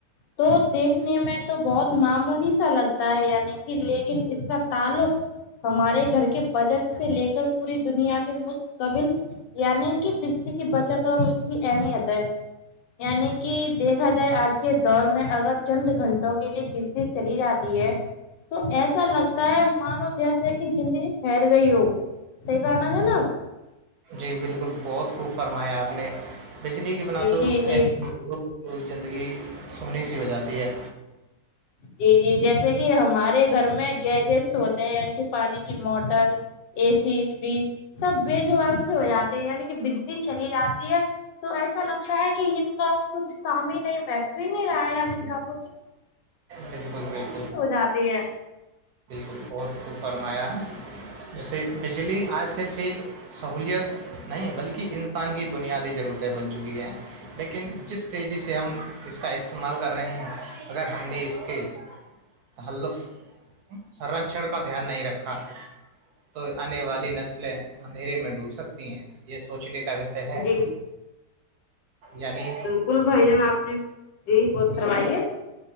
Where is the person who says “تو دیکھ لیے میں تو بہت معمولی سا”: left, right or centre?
Left